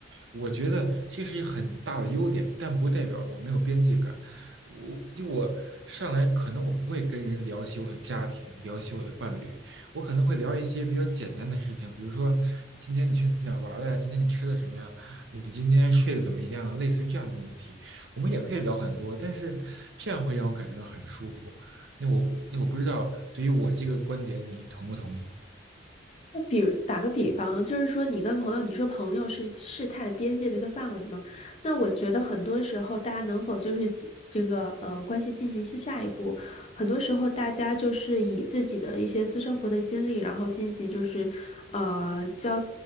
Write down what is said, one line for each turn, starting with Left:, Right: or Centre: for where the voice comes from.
Right: 我觉得这是一个很大的优点，但不代表我没有边界感。我就我上来可能我不会跟人聊起我的家庭，聊起我的伴侣，我可能会聊一些比较简单的事情，比如说今天你去哪儿玩了呀？今天你吃的什么呀？你今天睡得怎么样啊？类似于这样的问题，我们也可以聊很多，但是这样会让我感觉到很舒服。那我那我不知道，对于我这个观点，你同不同意？
Left: 那比如打个比方，就是说你跟朋友，你说朋友是试探边界的一个范围嘛？那我觉得很多时候，大家能否就是进这个呃关系进行下下一步，很多时候大家就是以自己的一些私生活的经历，然后进行就是呃交。